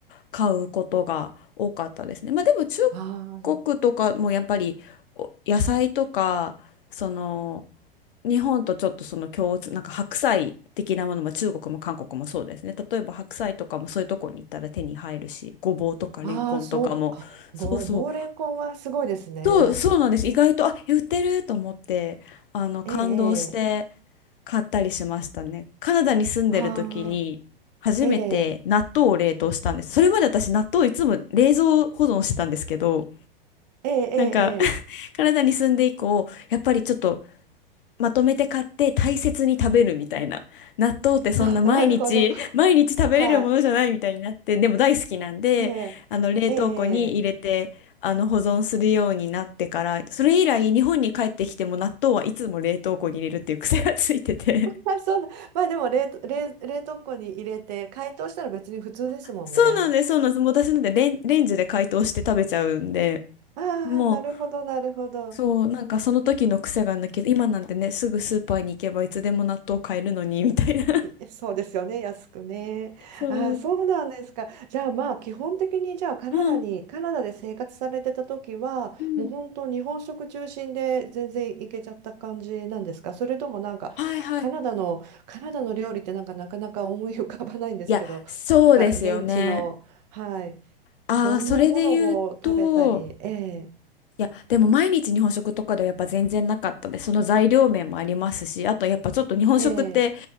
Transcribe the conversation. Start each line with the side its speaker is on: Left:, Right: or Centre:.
Left: 買うことが多かったですね。まあでも中
Right: あ
Left: 国とかもやっぱりお野菜とかその日本とちょっとその共通なんか白菜的なものも中国も韓国もそうですね。例えば白菜とかもそういうとこに行ったら手に入るし、ごぼうとかレンコンとかもそうそう
Right: あ、ああ、そう、あ、ごぼうれんこんはすごいですね。
Left: そうそうなんです。意外とあえ売ってると思ってあの感動して。
Right: ええ、ええ、
Left: 買ったりしましたね。カナダに住んでる時に初めて納豆を冷凍したんです。
Right: ああ、ええ、
Left: それまで私納豆いつも冷蔵保存してたんですけど、
Right: ええ、ええ、
Left: なんか
Right: ええ
Left: <laughs> カナダに住んで以降、やっぱりちょっとまとめて買って大切に食べるみたいな。納豆ってそんな毎日、
Right: あ、なるほど。
Left: 毎日食べれるものじゃないみたいになって、
Right: はい、
Left: でも大好きなんで、
Right: ええ、
Left: あの冷凍庫に入れて、
Right: ええ、
Left: あの保存するようになってから、それ以来日本に帰ってきても納豆はいつも冷凍庫に入れるっていう癖がついてて
Right: あ、そうだ。まあでも冷凍、冷、冷凍庫に入れて解凍したら別に普通ですもんね。
Left: そうなんです、そうなんです。もう私なんてレン、レンジで解凍して食べちゃうんで、
Right: ああ、
Left: もう、
Right: なるほど、なるほど。
Left: そう、なんかその時の癖が抜けど今なんてね、すぐスーパーに行けばいつでも納豆買えるのに、みたいな。
Right: えそうですよね、安くね。
Left: <laughs> そう。
Right: ああ、そうなんですか。じゃあまあ基本的にじゃあカナダに、
Left: うん。
Right: カナダで生活されてた時は、
Left: うん。
Right: もう本当日本食中心で全然いけちゃった感じなんですかそれともなんかカナダの、
Left: はいはい。い
Right: カナダの料理ってなんかなかなか思い浮かばないんですけど、
Left: や、そうですよね。
Right: なんか現地の、はい、
Left: ああ、
Right: どんなものを食べたり、
Left: それで言うと、
Right: ええ、
Left: いや、でも毎日日本食とかではやっぱ全然なかったです。その材料面もありますし、あとやっぱちょっと日本食って、
Right: ええ、